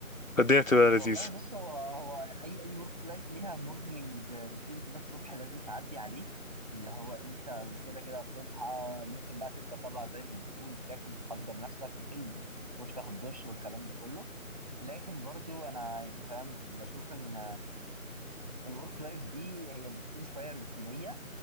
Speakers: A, on the left; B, on the right.
A: فالدنيا بتبقى لذيذة
B: والله بص هو هو اي اي ورك لايف ليها مورنينج روتين كده الصبح لازم تعدي عليه اللي هو انت كده كده بتصحى ممكن بقى 6 7 زي ما بتقول بتاكل وتحضر نفسك وتلبس وتخش تاخد دش والكلام ده كله لكن برضو انا يعني فاهم بشوف ان الورك لايف دي هي بتكون شويه روتينيه